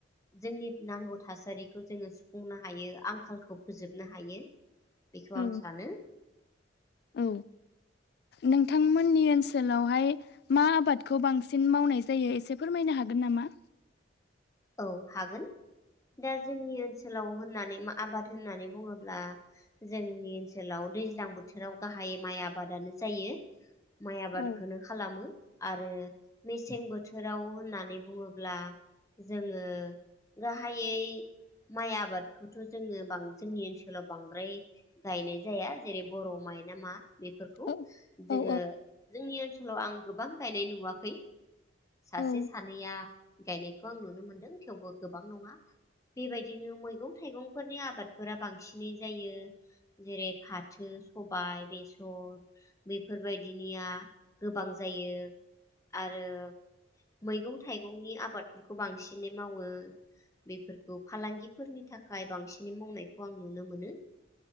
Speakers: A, on the left; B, on the left.
A: जोंनि नांगौ थासारिखौ जोङो सुफुंनो हायो आंखालखौ फोजोबनो हायो बेखौ
B: औ
A: आं सानो
B: औ नोंथांमोननि ओनसोलावहाय मा आबादखौ बांसिन मावनाय जायो एसे फोरमायनो हागोन नामा
A: औ हागोन दा जोंनि ओनसोलाव होननानै आबाद होननानै बुङोब्ला जोंनि ओनसोलाव दैज्लां बोथोराव गाहाय माइ आबादानो जायो माइ आबादखौनो
B: औ
A: खालामो आरो मेसें बोथोराव होननानै बुङोब्ला जोङो गाहायै माइ आबादखौथ' जोङो जोंनि ओनसोलाव बांद्राय गायनाय जाया जेरै बर' माइ नामा बेफोरखौ
B: औ
A: जोङो
B: औ
A: जोंनि ओनसोलाव आं गोबां गायनाय नुवाखै सासे
B: औ
A: सानैया गायनाय खौ आं नुनो मोनदों थेवबो गोबां नङा बेबायदिनो मैगं थाइगंफोरनि आबादफोरा बांसिनै जायो जेरै फाथो सबाय बेसर बेफोरबायदिनिया गोबां जायो आरो मैगं थाइगंनि आबाद बेफोरखौ बांसिनै मावो बेफोरखौ फालांगिफोरनि थाखाय बांसिनै मावनायखौ आं नुनो मोनो